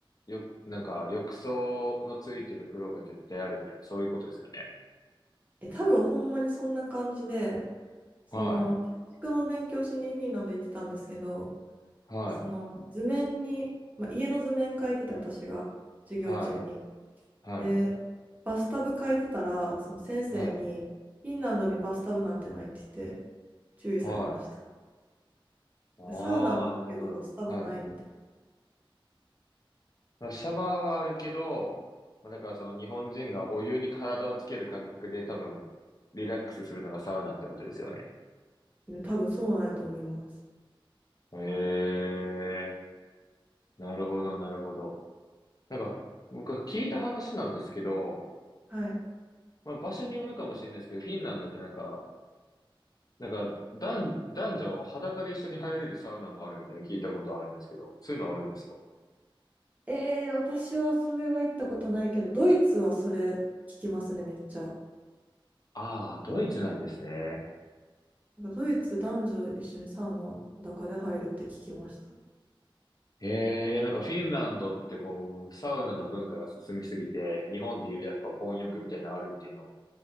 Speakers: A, on the left (about 45°); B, on the right (about 15°).
A: よ、なんか浴槽のついてる風呂が絶対あるみたいな、そういうことですよね。
B: え、多分ほんまにそんな感じで、その、
A: はい、
B: 建築の勉強しにフィンランド行ってたんですけど、
A: はい、
B: その図面に、まあ、家の図面描いてて私が授業中に。
A: はい、はい、
B: で、バスタブ描いてたら、その先生に、
A: はい、
B: フィンランドにバスタブなんてないって言って注意されました。
A: はい。ああ、
B: でサウナはあるけどバスタブないみたい
A: なるほど。はい。まあ、シャワーはあるけど、まあ、だからその日本人がお湯に体をつける感覚で多分、リラックスするのがサウナってことですよね。
B: な。で、多分そうなんやと思います。
A: ええ、なるほど、なるほど。なんか、僕は聞いた話なんですけど、
B: はい。
A: まあ、場所によるかもしれないですけど、フィンランドってなんか、なんか、男、男女裸で一緒に入れるサウナもあるみたいに聞いたことあるんですけど、そういうのあるんですか
B: えー、私はそれは行ったことないけど、ドイツはそれ聞きますね、めっちゃ。
A: ああー、ドイツなんですね。
B: なんかドイツ男女一緒にサウナ裸で入るって聞きました。
A: ええいやなんかフィンランドってこう、サウナの文化が進みすぎて、日本でいうやっぱ混浴みたいなのあるっていうの、